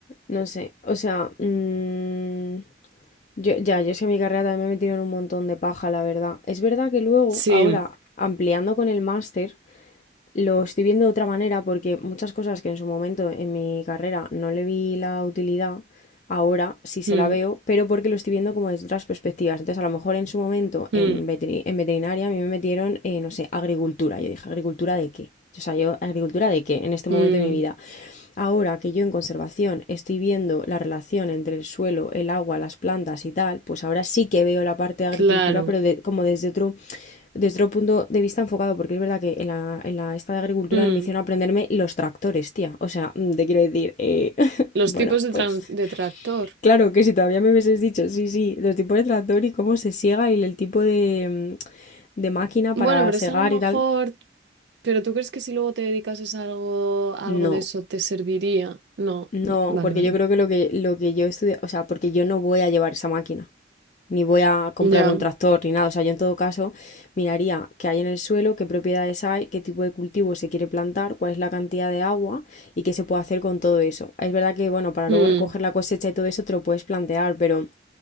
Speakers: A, on the left; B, on the right.
A: no sé, o sea, mm, yo, ya, yo es que mi carrera también me he metido en un montón de paja, la verdad. Es verdad que luego,
B: sí.
A: ahora, ampliando con el máster, Lo estoy viendo de otra manera porque muchas cosas que en su momento en mi carrera no le vi la utilidad, ahora sí se
B: Mm,
A: la veo, pero porque lo estoy viendo como desde otras perspectivas. Entonces, a lo mejor en su momento
B: mm,
A: en veteri- en veterinaria a mí me metieron, eh, no sé, agricultura. Yo dije, ¿agricultura de qué? O sea, yo, ¿agricultura de qué en este
B: mm,
A: momento de mi vida? Ahora que yo en conservación estoy viendo la relación entre el suelo, el agua, las plantas y tal, pues ahora sí que veo la parte de agricultura,
B: claro.
A: pero de- como desde otro desde otro punto de vista enfocado, porque es verdad que en la, en la esta de agricultura
B: Mm,
A: me hicieron aprenderme los tractores, tía. O sea, mm, te quiero decir, eh, <laughs>
B: Los
A: bueno,
B: tipos de,
A: pues
B: tran- de tractor.
A: claro que si todavía me hubieses dicho, sí, sí, los tipos de tractor y cómo se siega y el tipo de, mm, de máquina
B: Bueno,
A: para
B: pero
A: segar
B: eso a lo mejor.
A: y tal,
B: Pero tú crees que si luego te dedicases a algo, a
A: no,
B: algo de eso te serviría? No.
A: no,
B: Mm, Vale,
A: porque
B: vale.
A: yo creo que lo que, lo que yo estudié, o sea, porque yo no voy a llevar esa máquina. ni voy a comprarme
B: Ya.
A: un tractor ni nada. O sea, yo en todo caso miraría qué hay en el suelo, qué propiedades hay, qué tipo de cultivo se quiere plantar, cuál es la cantidad de agua y qué se puede hacer con todo eso. Es verdad que, bueno, para
B: mm.
A: luego recoger la cosecha y todo eso te lo puedes plantear, pero